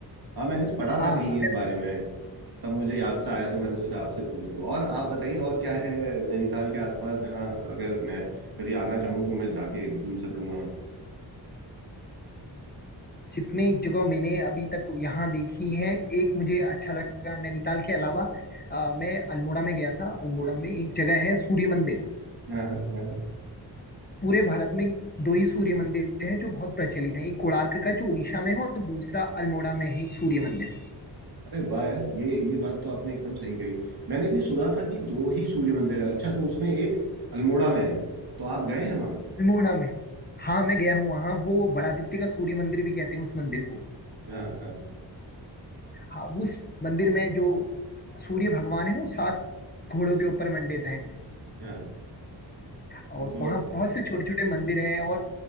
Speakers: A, on the right; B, on the left.
A: हाँ मैंने पढ़ा
B: हाँ
A: था कहीं इस बारे में तब मुझे याद सा आया तो मैंने सोचा आपसे पूछ लूं और आप बताइए और क्या है नैनीताल के आसपास जहाँ अगर मैं कभी आना चाहूँ तो मैं जाके घूम सकूँ वहाँ
B: जितनी जगह मैंने अभी तक यहाँ देखी है एक मुझे अच्छा लगा नैनीताल के अलावा अ, मैं अल्मोड़ा में गया था अल्मोड़ा में एक जगह है सूर्य मंदिर
A: हाँ हाँ हाँ
B: पूरे भारत में दो ही सूर्य मंदिर हैं जो बहुत प्रचलित हैं एक कोणार्क का जो उड़ीसा में है और दूसरा अल्मोड़ा में है एक सूर्य मंदिर
A: अरे वाह यार ये ये बात तो आपने एकदम सही कही मैंने भी सुना था कि दो ही सूर्य मंदिर है अच्छा तो उसमें एक अल्मोड़ा में है तो आप गए हैं वहाँ
B: अल्मोड़ा में हाँ मैं गया हूँ वहाँ वो बड़ादित्य का सूर्य मंदिर भी कहते हैं उस मंदिर को
A: हाँ हाँ
B: हाँ उस मंदिर में जो सूर्य भगवान है वो सात घोड़ों के ऊपर मंडित है
A: हाँ
B: और
A: ये तो
B: वहाँ बहुत से छोटे छोटे मंदिर हैं और